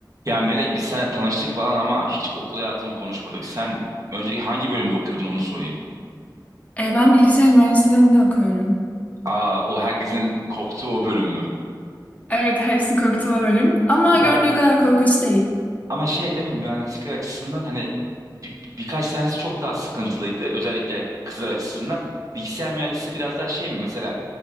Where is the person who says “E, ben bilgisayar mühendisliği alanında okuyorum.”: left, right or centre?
Left